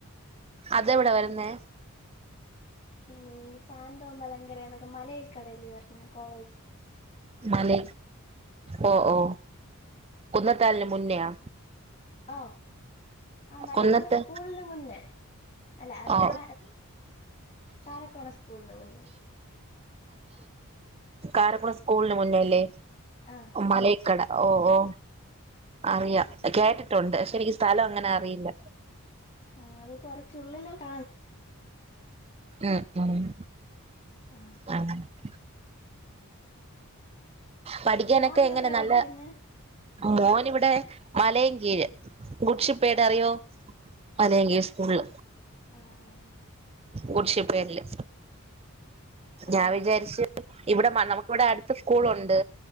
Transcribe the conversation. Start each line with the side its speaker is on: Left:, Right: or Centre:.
Right: അതെവിടെ വരുന്നേ
Left: ഈ സാന്തോ മലങ്കര എന്നൊക്കെ മലയിൽ കടൽി പറഞ്ഞ കോളേജ്
Right: മല ഓ ഓ കുന്നത്താലിന് മുന്നയാാ
Left: ഓ ആ മലേക്കട
Right: കൊന്നത്ത്
Left: സ്കൂളിന് മുന്നേ അല്ല
Right: ഓ
Left: കാ കാരക്കോണ സ്കൂളിന് മുന്നേ
Right: കാരക്കുളം സ്കൂളിന് മുന്നേ അല്ലേ
Left: ആ
Right: മലേ ക്കട ഓ ഓ അറിയാം കേട്ടിട്ടുണ്ട് പക്ഷെ എനിക്ക് സ്ഥലം അങ്ങനെ അറിയില്ല
Left: ആ അത് കൊറച്ചുള്ളിലോട്ട
Right: ഉം ഉം
Left: ആ
Right: ഉ പഠിക്കാനൊക്കെ
Left: മോൻ
Right: എങ്ങനെ
Left: എവിടെയാ
Right: നല്ല
Left: പഠിക്കുന്നേ
Right: മോൻ ഇവിടെ മലയും കീഴ് ഗുഷിപ്പേട അറിയോ മ ലയങ്കി സ്കൂളില്
Left: ആഹ ആഹ
Right: കുടിശിപ്പല്ലേ ഞാൻ
Left: ആ
Right: വിചാരിച്ച ഇവിടെ നമുക്ക്ിവിടെ അടുത്ത സ്കൂളുണ്ട്